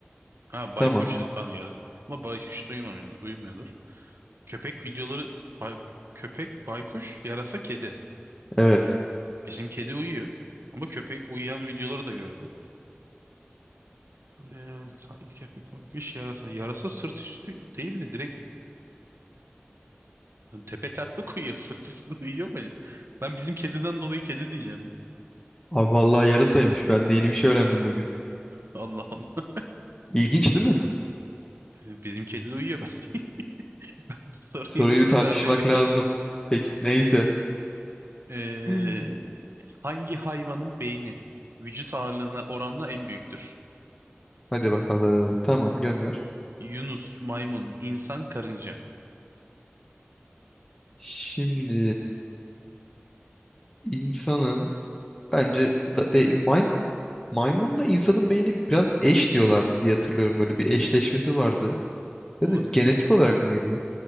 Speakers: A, on the right; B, on the left.
A: Ha
B: Tamam.
A: baykuş dedi. Pardon yarasa. Ama baykuş da uyumamıyor, uyumuyordur. Köpek videoları bay- köpek baykuş yarasa kedi.
B: Evet.
A: Bizim kedi uyuyor. Ama köpek uyuyan videoları da gördüm. Ee, ka- köpek baykuş yarasa. Yarasa sırt üstü değil de direkt tepe taklak uyuyor. <laughs> Sırt üstü uyuyor mu acaba? Ben bizim kediden dolayı kedi diyeceğim ya.
B: Abi vallahi yarasaymış. Ben de yeni bir şey öğrendim bugün.
A: Allah Allah.
B: İlginç değil mi?
A: Yani Bizim kedi de uyuyor bence. Bu soruya
B: Soruyu
A: <laughs>
B: bir
A: itiraz
B: tartışmak
A: ediyor.
B: lazım. Peki neyse.
A: Ee,
B: <laughs>
A: hangi hayvanın beyni vücut ağırlığına oranla en büyüktür?
B: Hadi bakalım. Tamam gönder.
A: Yunus, maymun, insan, karınca.
B: Şimdi insanın bence da- de, may, maymunla insanın beyni biraz eş diyorlardı diye hatırlıyorum. Böyle bir eşleşmesi vardı. Ya
A: Olabilir.
B: da genetik olarak mıydı?